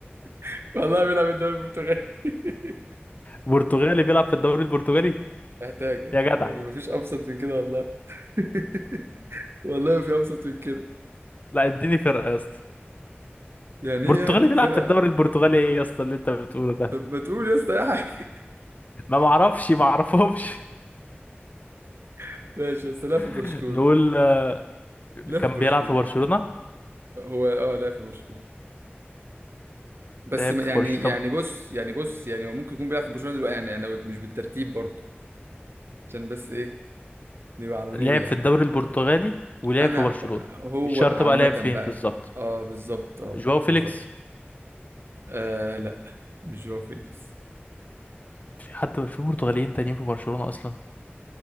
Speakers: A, on the right (about 70°); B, on the left (about 40°).
A: <laughs> والله بيلعب في الدوري البرتغالي <laughs>
B: برتغالي بيلعب في الدوري البرتغالي
A: محتاجة
B: يا جدع
A: يعني مفيش أبسط من كده والله <laughs> والله ما في أبسط من كده
B: لا اديني فرقة يا اسطى
A: يعني
B: برتغالي
A: إيه يعني أديك
B: بيلعب
A: فرقة
B: في الدوري البرتغالي ايه يا اسطى اللي انت بتقوله ده
A: طب ما تقول يا اسطى أي حاجة
B: ما معرفش ما اعرفهمش
A: <laughs> ماشي بس لا في برشلونة
B: <laughs> نقول آه،
A: لا
B: كان
A: في برشلونة
B: بيلعب في برشلونة
A: هو أه لا في برشلونة بس
B: لعب
A: ما- يعني
B: في برشلونة
A: يعني
B: طب
A: بص يعني بص يعني هو ممكن يكون بيلعب في برشلونة دلوقتي يعني يعني مش بالترتيب برضه عشان بس إيه نبقى على
B: لعب
A: نور يعني
B: في الدوري البرتغالي ولعب
A: انا
B: في برشلونة
A: ب... هو
B: مش شرط
A: عامة
B: بقى لعب فين
A: بقى
B: بالظبط
A: اه بالظبط اه
B: جواو فيليكس
A: بالظبط آه لا مش جواو فيليكس
B: في حد في برتغاليين تانيين في برشلونة اصلا